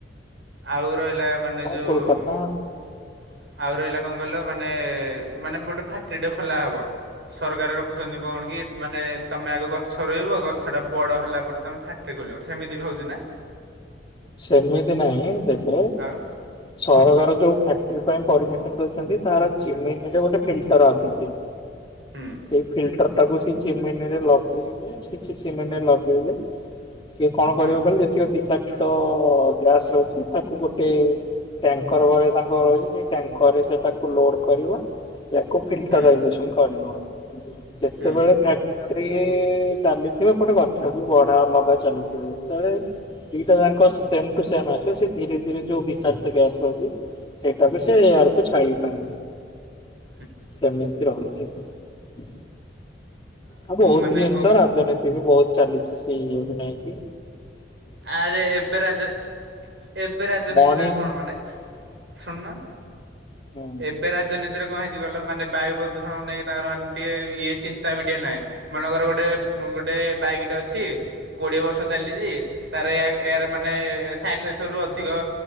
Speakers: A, on the right; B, on the left.
A: ଆଉ ରହିଲା ମାନେ, ଯୋଉ
B: କୋଲକାତା
A: ଆଉ ରହିଲା କଣ କହିଲ ମାନେ, ମାନେ ଗୋଟେ ଫାଟିଟେ ଖୋଲା ହବ ସରକାର ରଖୁଛନ୍ତି କଣ କି -ମାନେ ତମେ ଆଗ ଗଛ ରହିବ, ଗଛ ଟା ବଡ ହେଲା ପରେ ତମେ ଫ୍ୟାକ୍ଟ୍ରି ସେମିତି ବି ହଉଛି ନା
B: ସେମିତି ନାହିଁ, ଦେଖ,
A: ଆଉ
B: ସରକାର ଯୋଉ ଫ ପରମିସନ ଦଉଛନ୍ତି, ତାର ଚମରେ ଗୋଟେ ଫିଲ୍ଟର ଆସୁଛି ।
A: ହୁଁ
B: ସେଇ ଫିଲ୍ଡ ତାକୁ ସେ ଚିମିନ ରେ ଲଗେଇବୁ ସେ ଚି ଚିମିନରେ ଲଗେଇଲେ ସିଏ କଣ
A: ହୁଁ
B: କରିବ କହିଲ -ଯେତିକ ବିଷାକ୍ତ ଗ୍ୟାସ ରହୁଛି ତାକୁ ଗୋଟେ ଟ୍ୟାଙ୍କର ଭଳିଆ ତାଙ୍କ ରହିଛି, ସେ ଟ୍ୟାଙ୍କର ରେ ସେ ତାକୁ ଲୋଡ କରିବ ଏହାକୁ ଫିଲ୍ଟର
A: ହୁଁ
B: ଇଜେକ୍ସନ କରିବ । ଯେତେବେଳେ
A: ହୁଁ
B: ଫ୍ୟାକ୍ଟ୍ରି ଚାଲିଥିବ, ପଟେ ଗଛ ବି ବଢା ଲଗା ଚାଲିଥିବ । ଦ <unintelligible> ତାଙ୍କ ସେ ଟ ସେ ଆସିବେ ସେ ଧୀରେ ଧୀରେ ଯୋଉ ବିଶାକ୍ତ ଟ ଆସନ୍ତି ସେଇଟା ବି ସେ <unintelligible> <unintelligible> ପାୀ
A: ହ <inaudible>
B: ସେମିତି ରହୁଚିତ । ଆଉ ବହୁତ
A: ମାନେ
B: ଜିନିଷ,
A: କଣ କ
B: ରାଜନୀତି ବି ବହୁତ ଚାଲିଛି, ସେ ବି ନାଇଁ କି
A: ଆରେ ଏବେ ରାଜ, ଏବେ ରାଜନୀତିରେ
B: ମଣିଷ
A: କଣ ମାନେ ଶୁଣନ,
B: ହୁଁ
A: ଏବେ ରାଜନୀତିରେ କଣ ହେଇଛି କହିଲ? ମାନେ ବାୟୁ ପ୍ରଦୂଷଣକୁ ନେଇକି ତାଙ୍କର ମାନେ ଟିକେ ଇଏ ଚିନ୍ତା ବି ଟିକେ ନାହିଁ, ମନେକର ଗୋଟେ ଗୋଟେ ବାଇକ୍ ଟେ ଅଛି, କୋଡିଏ ବର୍ଷ ଚାଲିଛି । ତାର ଏୟାର ମାନେ ସାଇଲେସରରୁ ଅଧିକ